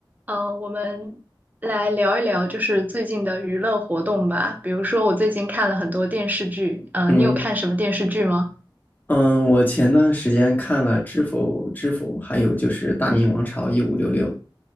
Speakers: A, on the right; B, on the left.
A: 呃，我们来聊一聊，就是最近的娱乐活动吧。比如说，我最近看了很多电视剧，呃，
B: 嗯
A: 你有看什么电视剧吗？
B: 嗯，我前段时间看了《知否知否》，还有就是《大明王朝一五六六》。